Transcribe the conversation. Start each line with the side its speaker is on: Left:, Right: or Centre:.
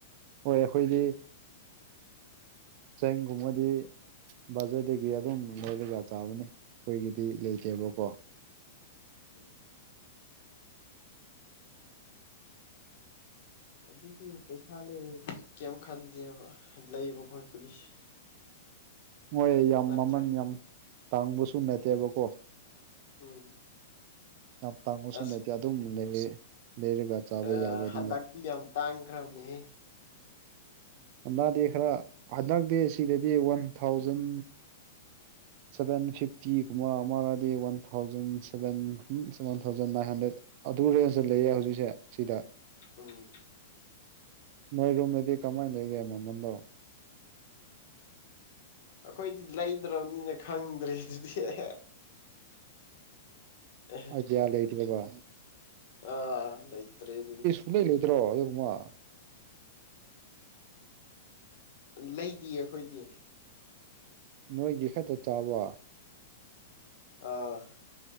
Right: ꯍꯣꯏ ꯑꯩꯈꯣꯏꯗꯤ ꯆꯦꯡꯒꯨꯝꯕꯗꯤ ꯕꯥꯖꯥꯔ ꯗꯦ ꯒꯤ ꯑꯗꯨꯝ ꯂꯩꯔꯒꯥ ꯆꯥꯕꯅꯤ ꯑꯩꯈꯣꯏꯒꯤꯗꯤ ꯂꯩꯇꯦꯕꯀꯣ
Left: ꯎꯝ꯫ ꯑꯗꯨꯁꯨ ꯄꯩꯁꯥ ꯂꯩꯔꯗꯤ ꯀꯩꯝ ꯈꯟꯗꯦꯕ ꯂꯩꯕ ꯈꯣꯠꯄꯒꯤꯁꯤ
Right: ꯃꯣꯏ ꯌꯥꯝ
Left: ꯅꯠꯇ꯭ꯔꯥ
Right: ꯃꯃꯟ ꯌꯥꯝ ꯇꯥꯡꯕꯁꯨ ꯅꯠꯇꯦꯕꯀꯣ
Left: ꯎꯝ
Right: ꯌꯥꯝ ꯇꯥꯡꯕꯁꯨ
Left: ꯑꯁ
Right: ꯅꯠꯇꯦ ꯑꯗꯨꯝ ꯂꯩꯌꯦ ꯂꯩꯔꯒ ꯆꯥꯕ
Left: ꯑꯥ
Right: ꯌꯥꯕꯅꯤꯕ
Left: ꯍꯟꯗꯛꯇꯤ ꯌꯥꯝ ꯇꯥꯡꯈ꯭ꯔꯕꯅꯦꯍꯦ
Right: ꯍꯟꯗꯥꯗꯦ ꯈ꯭ꯔ ꯍꯟꯗꯛꯇꯤ ꯁꯤꯗꯗꯤ ꯋꯥꯟ ꯊꯥꯎꯖꯟ ꯁꯕꯦꯟ ꯐꯤꯐꯇꯤꯒꯨꯝꯕ ꯑꯃꯔꯗꯤ one thousand seven seven thousand nine hundred ꯑꯗꯨ ꯔꯦꯟꯖꯇ ꯂꯩꯌꯦ ꯍꯧꯖꯤꯛꯁꯦ ꯁꯤꯗ
Left: ꯎꯝ
Right: ꯅꯣꯏ ꯔꯣꯝꯗꯗꯤ ꯀꯃꯥꯏ ꯂꯩꯒꯦ ꯃꯃꯟꯗꯣ
Left: ꯑꯩꯈꯣꯏꯗꯤ ꯂꯩꯗ꯭ꯔꯕꯅꯤꯅ ꯈꯪꯗ꯭ꯔꯦ ꯑꯗꯨꯗꯤ <unintelligible> ꯑꯦ ꯍꯦ
Right: ꯑꯥꯏꯗꯤꯌꯥ ꯂꯩꯇꯦꯕ
Left: ꯑꯥ ꯂꯩꯇ꯭ꯔꯦ ꯑꯗꯨ
Right: ꯏꯂꯩ ꯂꯩꯗ꯭ꯔꯣ ꯑꯗꯨꯒꯨꯝꯕ
Left: ꯂꯩꯗꯤꯌꯦ ꯑꯩꯈꯣꯏꯗꯤ
Right: ꯅꯣꯏꯒꯤ ꯈꯛꯇ ꯆꯥꯕ
Left: ꯑꯥ